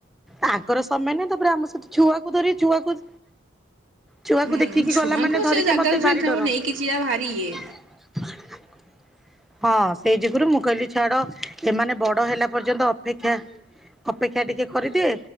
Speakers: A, in the centre; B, on the right.
A: ଆଙ୍କର ସମୟ ନାହିଁ ତାପରେ ଆମ ସହିତ ଛୁଆକୁ ଧରି ଛୁଆକୁ। ଛୁଆକୁ
B: ଉଁ
A: ଦେଖିକି
B: ଛୁଆଙ୍କୁ
A: ଗଲା ମାନେ ଧରିକି
B: ସେ ଜାଗାକୁ
A: ମତେ ଭାରି
B: ସେକୁ
A: ଡର
B: ନେଇକି ଯିବା ଭାରି ଇଏ।
A: <inaudible> ହଁ ସେଇ ଯୋଗୁରୁ ମୁଁ କହିଲି ଛାଡ ଏମାନେ ବଡ ହେଲା ପର୍ଯ୍ୟନ୍ତ ଅପେକ୍ଷା ଅପେକ୍ଷା ଟିକେ କରିଦିଏ।